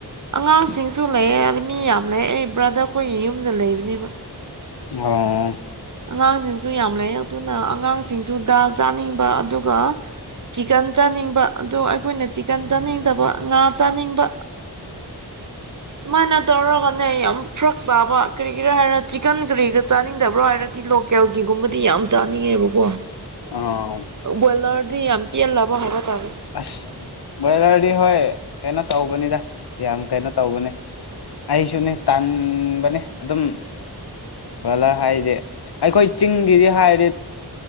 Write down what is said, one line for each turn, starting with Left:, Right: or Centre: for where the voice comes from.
Right: ꯑꯉꯥꯡꯁꯤꯡꯁꯨ ꯂꯩꯌꯦ ꯃꯤ ꯌꯥꯝ ꯂꯩ ꯑꯩ ꯕ꯭ꯔꯗꯔ ꯑꯩꯈꯣꯏꯒꯤ ꯌꯨꯝꯗ ꯂꯩꯕꯅꯦꯕ
Left: ꯑꯣ
Right: ꯑꯉꯥꯡꯁꯤꯡꯁꯨ ꯌꯥꯝ ꯂꯩ ꯑꯗꯨꯅ ꯑꯉꯥꯡꯁꯤꯡꯁꯨ ꯗꯥꯜ ꯆꯥꯅꯤꯡꯕ ꯑꯗꯨꯒ ꯆꯤꯛꯀꯟ ꯆꯥꯅꯤꯡꯕ ꯑꯣ ꯑꯩꯈꯣꯏꯅ ꯆꯤꯛꯀꯟ ꯆꯥꯅꯤꯡꯗꯕ ꯉꯥ ꯆꯥꯅꯤꯡꯕ ꯃꯥꯥꯏꯅ ꯇꯔ ꯀ ꯌꯥꯝ ꯐꯔꯛ ꯇꯥꯕ ꯀꯔꯤꯒꯤꯔꯥ ꯍꯥꯏꯔ ꯆꯤꯛꯀꯟ ꯀꯔꯤꯒꯔ ꯆꯥꯅꯤꯡꯗꯕ꯭ꯔꯣ ꯍꯥꯏꯔ ꯤ ꯂꯣꯀꯦꯜꯒꯤꯒꯨꯝꯕꯗꯤ ꯌꯥꯝ ꯆꯥꯅꯤꯡꯉꯦꯕꯀꯣ
Left: ꯑꯥ
Right: ꯣꯏꯂ ꯑꯗꯨ ꯑꯝ ꯄꯤꯌꯥꯜ ꯂꯕ ꯍꯥꯏꯕ ꯇꯥꯔꯦ
Left: ꯑꯁ ꯕꯣꯏꯂꯔꯗꯤ ꯍꯣꯏ ꯀꯩꯅꯣ ꯇꯧꯕꯅꯤꯗ ꯌꯥꯝ ꯀꯩꯅꯣ ꯇꯧꯕꯅꯦ ꯑꯩꯁꯨꯅꯦ ꯇꯥꯟꯕꯅꯦ ꯑꯗꯨꯝ ꯕ꯭ꯔꯣꯂꯔ ꯍꯥꯏꯗꯤ ꯑꯩꯈꯣꯏ ꯆꯤꯡꯒꯤꯗꯤ ꯍꯥꯏ